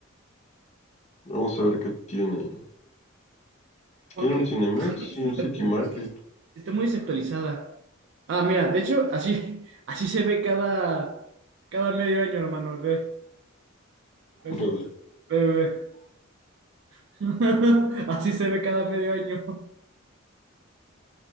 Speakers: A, on the left; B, on the right.
A: Vamos a ver qué tiene.
B: Porque
A: Tiene un Cinemex y
B: Liverpool,
A: un City Market.
B: pues, está muy desactualizada. Ah, mira, de hecho, así, <laughs> así se ve cada, cada medio año, hermano, ve, a ver
A: <laughs>
B: si-
A: A ver.
B: ve, ve, ve. <laughs> Así se ve cada medio año.